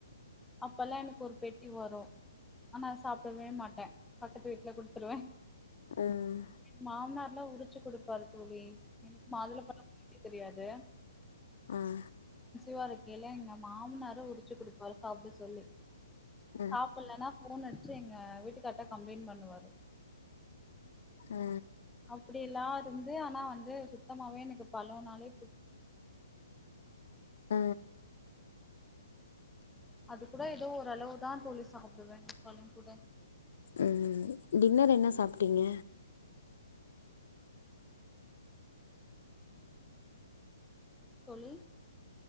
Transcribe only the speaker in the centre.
அப்பெல்லாம் எனக்கு ஒரு பெட்டி வரும் ஆனா அத சாப்பிடவே மாட்டேன் பக்கத்து வீட்ல குடுத்துருவேன்
மாமனார்லாம் உரிச்சு குடுப்பாரு தோழி எனக்கு மாதுளம்பழம் உரிக்க தெரியாது து
வா இருக்கேல்ல எங்க மாமனாரு உரிச்சு குடுப்பாரு சாப்பட சொல்லி
சாப்பிடலன்னா போன் எடுத்து ரிங்க வீட்டுக்கார்ட்ட கம்ப்ளைண்ட் பண்ணுவாரு
அப்பிடில்லா இருந் இதே ஆனா வந்து சுத்தமாவே எனக்கு பழம் நாலே
அது கூட ஏதோ ஓரளவுதா தோழி சாப்புடுவே பழம் கூட
தோழி